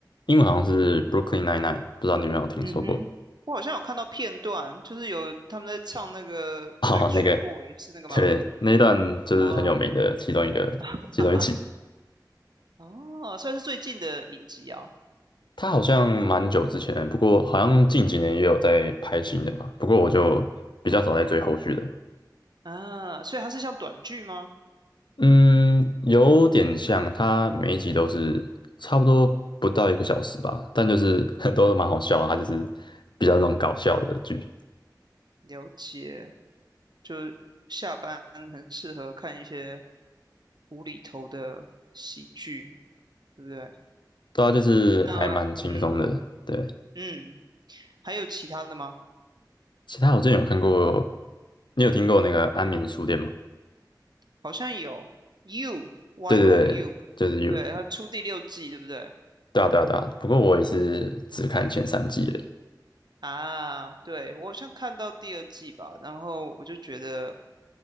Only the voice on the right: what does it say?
嗯哼，我好像有看到片段，就是有他们在唱那个《Backstreet
Boy》，是那个吗？
哦，<laughs>
哈哈，哦，算是最近的影集啊，
啊，所以它是像短剧吗？
了解，就下班很适合看一些无厘头的喜剧，对不对？
那，嗯
嗯，还有其他的吗？
好像有 U Y
O U，
对，他出第六季，对不对？
啊，对，我好像看到第二季吧，然后我就觉得